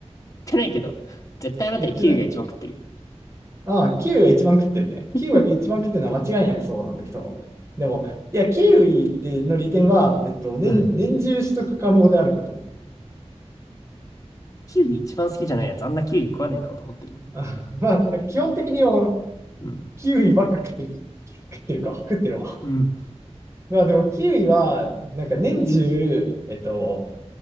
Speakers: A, on the left (about 30°); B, on the right (about 25°).
A: 食ってないけど。絶対あなたキウイが一番食ってる。
B: 言ってない。ああ、キウイが一番食ってるね。
A: <laughs>
B: キウイが一番食ってるのは間違いなくそうなんだけど。でも、いや、キウイっての利点は、えっと、年、
A: うん
B: 年中取得可能であること。
A: キウイ一番好きじゃないやつ、あんなキウイ食わねえだろうと思ってるの。
B: <laughs> あまあ、基本的には
A: うん。
B: キウイばっか食ってる。食ってるか。食ってるわ。
A: うん。
B: まあでもキウイは、なんか年中、えっと、